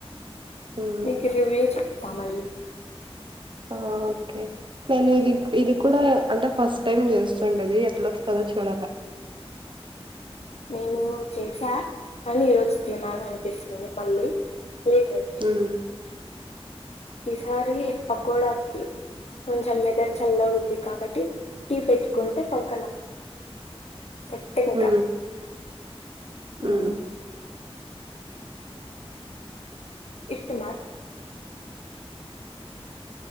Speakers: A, on the right; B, on the left.
A: ఉమ్.
B: నీకిది వేయి కావాలి
A: ఆ ఓకే నేను ఇది ఇది కూడా అంటే ఫస్ట్ టైం చేస్తుండది ఎట్లా వస్తుందో చూడాల
B: నేను చేసా కానీ ఈరోజు తినాల అనిపిస్తుంది మళ్ళీ మళ్ళీ ట్రై చేయ
A: ఉమ్
B: ఈసారి పకోడాకి కొంచెం వెదర్ చల్లగా ఉంది కాబట్టి టీ పెట్టుకుంటే పక్కన సెట్ ఇంకా
A: ఉ
B: ఉమ్,
A: ఉ
B: ఇష్టమా